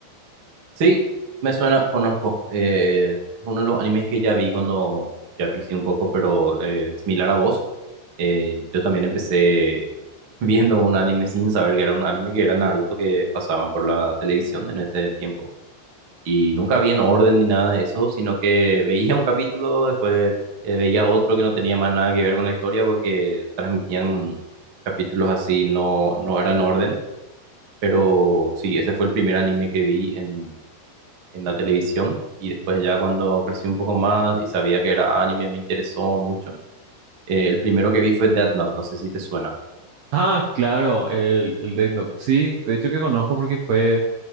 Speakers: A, on the right; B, on the right.
A: Sí, me suena, conozco. Eh, es uno de los animes que ya vi cuando ya crecí un poco, pero eh, similar a vos. eh, yo también empecé <laughs> viendo un anime sin saber que era un anime, que era Naruto, que pasaba por la televisión en ese tiempo. Y nunca vi en orden ni nada de eso, sino que veía un capítulo, después eh, veía otro que no tenía más nada que ver con la historia porque transmitían capítulos así, no, no eran orden. Pero sí, ese fue el primer anime que vi en, en la televisión. Y después ya cuando crecí un poco más y sabía que era anime, me interesó mucho. Eh, el primero que vi fue Death Note, no sé si te suena.
B: Ah, claro, el, el Death Note. Sí, de hecho que conozco porque fue